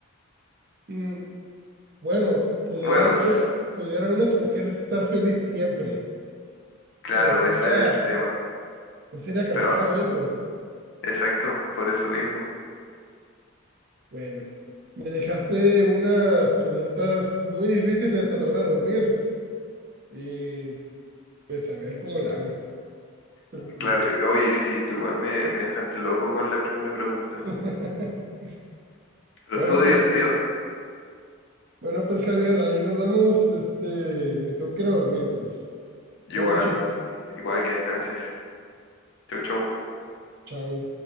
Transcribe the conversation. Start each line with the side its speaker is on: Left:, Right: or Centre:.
Right: Mm, Bueno, pudiera
Left: Bueno,
Right: uno,
Left: s-
Right: pudiera uno escoger estar feliz siempre,
Left: claro,
Right: pero
Left: ese
Right: sería,
Left: es el tema,
Right: no sería cansado
Left: pero
Right: eso.
Left: exacto, por eso mismo.
Right: Bueno, me dejaste unas preguntas muy difíciles a la hora de dormir y pues a ver cómo la hago. Pero pues,
Left: Claro, oye, sí, tú igual me, me dejaste loco con la primera pregunta,
Right: <laughs>
Left: pero
Right: Bueno,
Left: estuvo
Right: pues,
Left: divertido.
Right: Javi- bueno, pues Javier, ahí nos vamos. Este, me tengo que ir a dormir, pues.
Left: Igual,
Right: Buenas noches.
Left: igual que descanses. Chau, chau.
Right: Chao.